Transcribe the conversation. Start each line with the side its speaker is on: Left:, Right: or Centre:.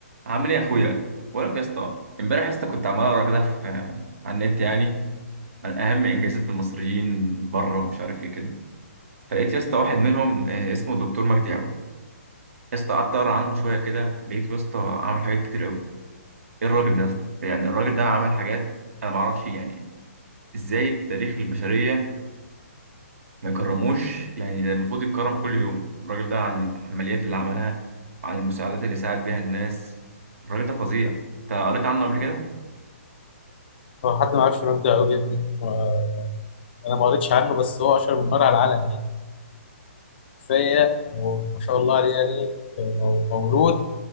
Right: عامل ايه يا اخويا بقول لك يا اسطى امبارح يا اسطى كنت عمال اقرا كده في على النت يعني عن اهم انجازات المصريين بره ومش عارف ايه كده فلقيت يا اسطى واحد منهم آه، اسمه الدكتور مجدي يعقوب يا اسطى قعدت اقرا عنه شويه كده لقيته يا اسطى عامل حاجات كتير قوي ايه الراجل ده يا اسطى يعني الراجل ده عمل حاجات انا ما اعرفش يعني ازاي التاريخ البشريه ما يكرموش يعني ده المفروض يتكرم كل يوم الراجل ده عن العمليات اللي عملها وعن المساعدات اللي ساعد بيها الناس الراجل ده فظيع انت قريت عنه قبل كده
Left: هو حد ما يعرفش مجدي يعقوب يا ابني آه، انا ما قريتش عنه بس هو اشهر من نار على العالم يعني كفايه وما شاء الله عليه يعني آه، مو- مولود